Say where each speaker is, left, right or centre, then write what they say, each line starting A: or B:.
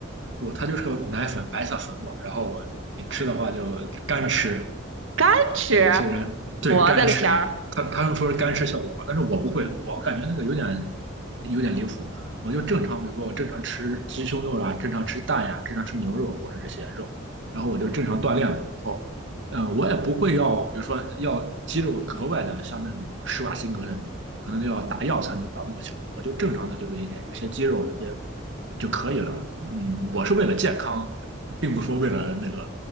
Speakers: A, on the right; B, on the right.
A: 不，它就是个奶粉，白色粉末，然后你吃的话就干吃，
B: 干吃，
A: 对，有些人对干吃，
B: 我的个天儿，
A: 他他们说是干吃效果好，但是我不会，我感觉那个有点有点离谱。我就正常，比如说我正常吃鸡胸肉啊，正常吃蛋呀、正常吃牛肉或者这些肉，然后我就正常锻炼嘛。然后，呃，我也不会要，比如说要肌肉格外的像那种施瓦辛格那种，可能要打药才能到那个效果。我就正常的就有一些有些肌肉，有些就可以了。嗯，我是为了健康，并不说为了那个